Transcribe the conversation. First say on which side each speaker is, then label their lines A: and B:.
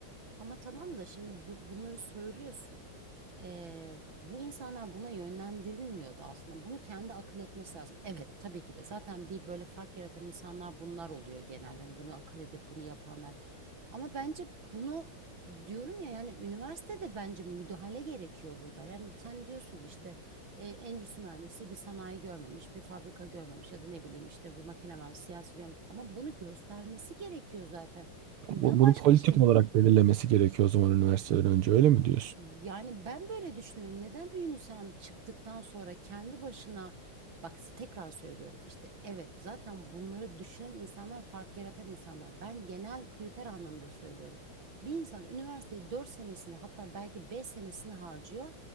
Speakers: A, on the right; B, on the right.
A: ama tamam da şimdi bu- bunları söylüyorsun. E, bu insanlar buna yönlendirilmiyordu aslında. Bunu kendi akıl etmesi lazım. Evet tabii ki de zaten bir böyle fark yaratan insanlar bunlar oluyor genelde. Hani bunu akıl edip bunu yapanlar. Ama bence bunu diyorum ya yani üniversitede bence müdahale gerekiyor burada. Yani sen diyorsun ya işte e, endüstri mühendisi bir sanayi görmemiş, bir fabrika görmemiş ya da ne bileyim işte bir makine mühendisi, siyasi görmemiş. Ama bunu göstermesi gerekiyor zaten. Neden
B: Bu- Bunu
A: başka
B: politik
A: şey?
B: olarak belirlemesi gerekiyor o zaman üniversiteden önce öyle mi diyorsun?
A: Yani ben böyle düşünüyorum. Neden bir insan çıktıktan sonra kendi başına bak tekrar söylüyorum işte evet zaten bunları düşünen insanlar fark yaratan insanlar. Ben genel kriter anlamda söylüyorum. Bir insan üniversiteyi dört senesini hatta belki 5 senesini harcıyor.